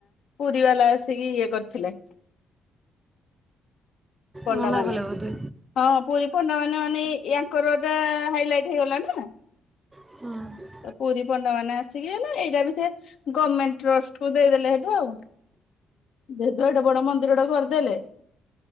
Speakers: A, on the left (about 70°); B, on the right (about 15°).
A: ପୁରୀ ବାଲା ଆସିକି ଇଏ କରିଥିଲେ। ପଣ୍ଡା
B: ମନା
A: ମାନେ।
B: କଲେ ବୋଧେ
A: ହଁ ପୁରୀ ପଣ୍ଡା ମାନେ ମାନେ ୟାଙ୍କର ଟା ହାଇଲାଇଟ ହେଇଗଲା ନା।
B: ହଁ।
A: ତ ପୁରୀ ପଣ୍ଡା ମାନେ ଆସିକି ହେଲା ଏଇଟା ବି ସେ ଗମେଣ୍ଟ ଟ୍ରଷ୍ଟକୁୁ ଦେଇଦେଲେ ହେଠୁ ଆଉ। ଯେହେତୁ ଏଡେ ବଡ ମନ୍ଦିର ଟେ କରିଦେଲେ